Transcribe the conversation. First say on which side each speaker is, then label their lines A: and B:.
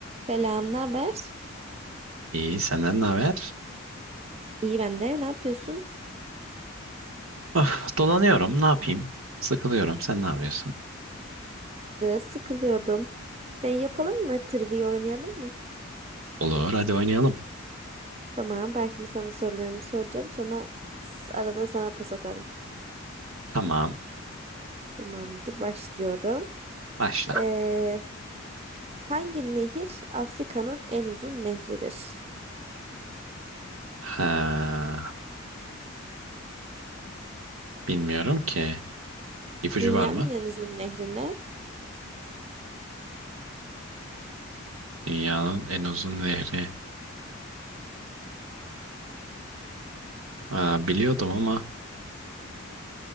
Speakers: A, on the right; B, on the right.
A: Selam, ne haber?
B: İyi, senden ne haber?
A: İyi ben de. Ne yapıyorsun?
B: Ah, dolanıyorum, ne yapayım? Sıkılıyorum, sen ne yapıyorsun?
A: De, sıkılıyordum. Şey yapalım mı? Trivia oynayalım mı?
B: Olur, hadi oynayalım.
A: Tamam, ben şimdi sana sorularımı soracağım. Sonra s- arada sana pas atarım.
B: Tamam,
A: Tamamdır, başlıyorum.
B: başla.
A: Ee, hangi nehir Afrika'nın en uzun nehridir?
B: Ha, bilmiyorum ki. İpucu
A: Dünyanın
B: var mı?
A: en uzun nehrine
B: Dünyanın en uzun nehri. Aa, biliyordum ama